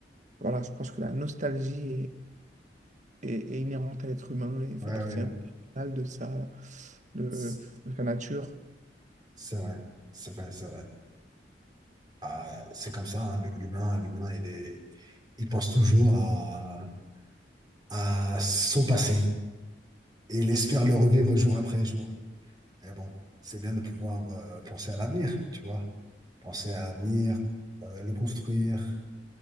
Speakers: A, on the right; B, on the right.
A: voilà, je pense que la nostalgie est, est- est inhérente à l'être humain et
B: ouais,
A: fait partie
B: ouais.
A: intégrale de sa, de,
B: C'est
A: de sa nature.
B: c'est vrai. C'est vrai, c'est vrai. Ah, c'est comme ça, hein, l'humain, l'humain, il est, il pense toujours à, à son passé et il espère le revivre jour après jour. Et bon, c'est bien de pouvoir euh, penser à l'avenir, tu vois. Penser à l'avenir, euh, le construire.